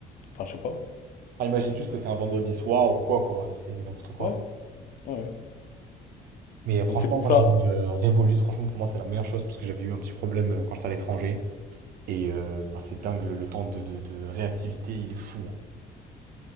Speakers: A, on the left (about 55°); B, on the right (about 65°).
A: enfin je sais pas.
B: Ah, imagine juste que c'est un vendredi soir ou quoi, quoi, c'est n'importe quoi.
A: Ouais, ouais, ouais.
B: Mais euh, franchement,
A: Donc c'est pour
B: moi
A: ça.
B: j'ai eu euh, Revolut, franchement pour moi c'est la meilleure chose parce que j'avais eu un petit problème euh, quand j'étais à l'étranger. Et euh, ah, c'est dingue, le, le temps de, de- de réactivité, il est fou. hein.